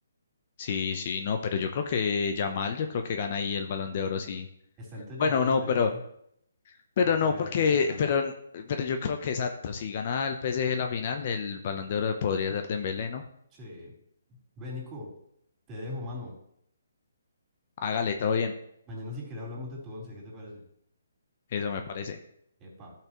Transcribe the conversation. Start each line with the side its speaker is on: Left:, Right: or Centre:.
Left: Sí, sí, no, pero yo creo que Yamal, yo creo que gana ahí el Balón de Oro, sí.
Right: Está entre
Left: Bueno,
Right: Yamal y Dembélé.
Left: no, pero Pero
Right: Falta
Left: no,
Right: ver
Left: porque,
Right: la final.
Left: pero, pero yo creo que exacto, si gana el PSG la final, el Balón de Oro podría ser Dembélé, ¿no?
Right: Sí. Ve, Nico, te dejo, mano.
Left: Hágale todo bien,
Right: Mañana si querés hablamos de tu once, ¿qué te parece?
Left: eso me parece.
Right: Epa.